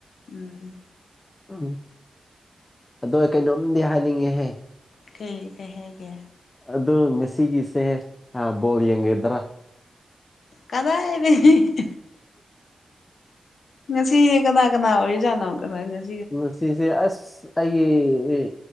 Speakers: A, on the left (about 80°); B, on the left (about 35°).
A: ꯎꯝ
B: ꯎꯝ ꯑꯗꯣ ꯀꯩꯅꯣꯝꯗꯤ ꯍꯥꯏꯅꯤꯡꯉꯦꯍꯦ
A: ꯀꯩ ꯀꯩ ꯍꯥꯏꯒꯦ
B: ꯑꯗꯣ ꯉꯁꯤꯒꯤꯁꯦ ꯑꯥ ꯕꯣꯜ ꯌꯦꯡꯒ‌ꯦꯗ꯭ꯔꯥ
A: ꯀꯗꯥꯏ ꯗꯩ ꯉꯁꯤ ꯀꯅꯥ ꯀꯅꯥ ꯑꯣꯏꯔꯤꯖꯅ‌ꯣ <unintelligible>
B: ꯃꯠꯁꯤꯁꯦ ꯑꯁ ꯑꯩꯒꯤ